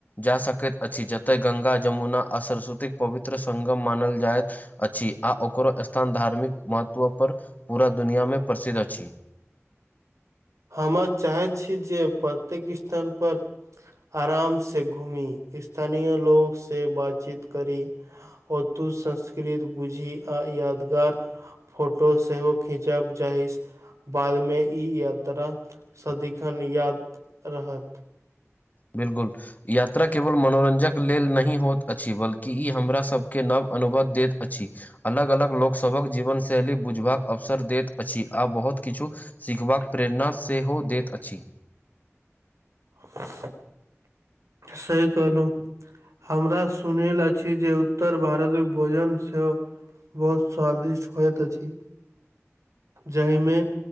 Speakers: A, on the left; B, on the right.
A: जा सकैत अछि जतय गंगा जमुना आ सरस्वतीक पवित्र संगम मानल जाइत अछि आ ओकरो स्थान धार्मिक महत्व पर पूरा दुनिया मे प्रसिद्ध अछि
B: हमर चाहैत छी जे प्रत्येक स्थानपर आराम से घूमी स्थानीय लोग से बातचीत करी ओ दू संस्कृत बुझी आ यादगार फोटो सेहो खीचब चाही बादमे ई या- -त्रा सदिखन याद रहत
A: बिल्कुल यात्रा केवल मनोरञ्जक लेल नहि होइत अछि बल्कि ई हमरासके नव अनुभव दैत अछि अलग अलग लोकसभक जीवन शैली बुझबाक अवसर दैत अछि आ बहुत किछु सीखबाक प्रेरणा सेहो दैत अछि
B: <inaudible> सही कहलू हमरा सुनिला अछि जे उत्तर भारतक भोजन सँ बहुत स्वादिष्ट होइत अछि जाहिमे